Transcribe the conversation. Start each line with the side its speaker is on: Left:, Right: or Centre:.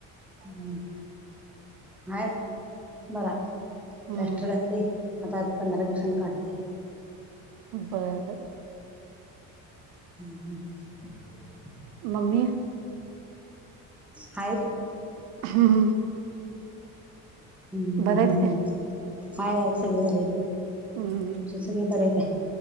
Centre: हम् हाय बरा प्लॅस्टर
Right: हम्म
Centre: घातलंय. आता आज पंधरा दिवसांनी काढायचंय.
Right: बरं.
Centre: ह. <inaudible>
Right: मम्मी.
Centre: हायत.
Right: हम्.
Centre: हम्म
Right: बरं आहेत
Centre: <unintelligible>
Right: काय
Centre: अ हाय हाय सगळं हा
Right: हम्.
Centre: सगळं बरेय ताई.